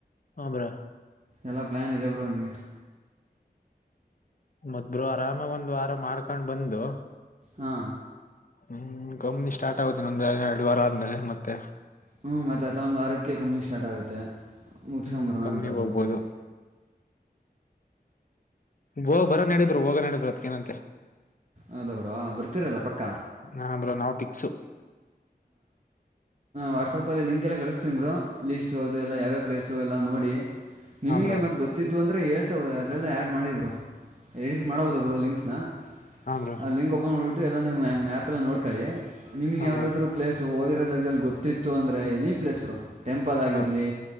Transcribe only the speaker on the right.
ಎಲ್ಲ ಪ್ಲಾನ್ ಇದೆ ಬ್ರೋ ನಿಮಗೆ
ಹಾ
ಹ್ಮ್ ಮತ್ತ ಅತ್ಲ ಒಂದ ವಾರಕ್ಕೆ ಕಂಪನಿ ಸ್ಟಾರ್ಟ್ ಆಗುತ್ತೆ ಮುಗಿಸ್ಕೊಂಬರೋಣ
ಅಂತ ಬ್ರೋ
ಅದಕ್ಕೆ
ಹೌದ ಬ್ರೋ ಬರ್ತಿರಲ್ಲ ಪಕ್ಕ
ವಾಟ್ಸಾಪಲ್ಲಿ ಲಿಂಕ್ ಎಲ್ಲ ಕಳಿಸ್ತೀರು ಲೀಸ್ಟ್ ಅದು ಎಲ್ಲ ಯಾವ ಪ್ಲೇಸು ಎಲ್ಲ ನೋಡಿ ನಿಮಗೆ
ಮತ್ತ್ ಗೊತ್ತಿದ್ದು ಅಂದ್ ಅ ಹೇಳ್ತಾವವೆ ಅದರಲ್ಲ ಆ್ಯಡ್ ಮಾಡಿ‌ ಬ್ರೋ ಎಡಿಟ್ ಮಾಡಬೋದು ಬ್ರೋ ಲಿಂಕ್ಸ್ನ
ಆ ಲಿಂಕ್ ಓಪನ್ ಮಾಡಿಬಿಟ್ಟು ಎಲ್ಲ ನೀವು ಮ್ಯಾಪಲ್ಲ ನೋಡ್ಕೊಳ್ಳಿ ನಿಮಗೆ
ಯಾವುದಾದ್ರು
ಸೊ ಹೋಗಿರೋ ಜಾಗದಲ್ಲಿ ಗೊತ್ತಿತ್ತು ಅಂದ್ರೆ ಎನಿ ಪ್ಲೇಸ್ ಬ್ರೋ ಟೆಂಪಲ್ ಆಗಿರಲಿ